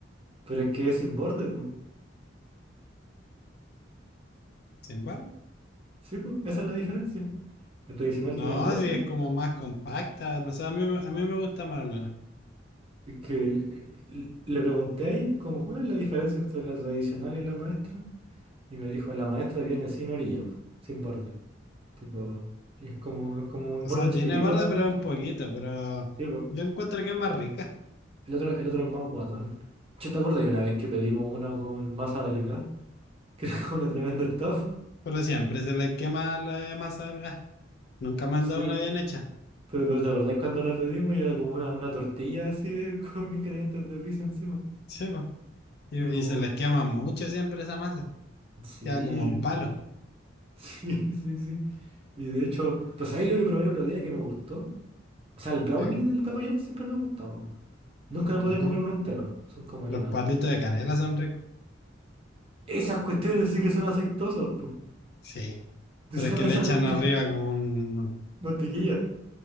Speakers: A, on the right (about 30°); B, on the left (about 55°).
A: Pero es que es sin borde. po.
B: sin embargo.
A: Sí, po, esa es la diferencia. La tradicional
B: No,
A: tiene el borde.
B: si es como más compacta, no sé, a mí, a mí me gusta más al menos.
A: Es que eh, l- le pregunté ahí como cuál es la diferencia entre la tradicional y la maestra. Y me dijo, la maestra viene sin orilla, po, sin borde. Tipo, y es como, es como un
B: O
A: borde
B: sea,
A: chiquitito
B: tiene barda,
A: la maestra.
B: pero es un poquito, pero
A: Sí, pues.
B: yo encuentro que es más rica.
A: El otro, el otro es más guatón. Yo te acuerdo de una vez que pedimos una con masa delgada, <laughs> que era como una tremenda estafa.
B: Pero siempre se les quema la masa del gas. Nunca me
A: Sí,
B: han dado una
A: po.
B: bien hecha. <laughs>
A: pero, pero ¿te acordás cuando la pedimos y era como una, una tortilla así eh, <laughs> con ingredientes de pizza encima?
B: Sí, po. Y,
A: Era como,
B: y se les quema mucho siempre esa masa.
A: sí,
B: Queda como un palo.
A: <laughs> sí, sí, sí. Y de hecho, pues ¿sabéis lo que probé el otro día que me gustó? O sea, el brownie
B: ¿sí?
A: del papayón siempre me ha gustado. po. Nunca me he podido
B: Ujú.
A: comer uno entero. Son como
B: Los
A: llenadores.
B: palitos de canela son ricos.
A: Esas cuestiones sí que son aceitosas, pues.
B: Sí,
A: ¿Tú
B: pero
A: sabes
B: es que le
A: esa
B: echan
A: vuelta?
B: arriba como un...
A: Mantequilla.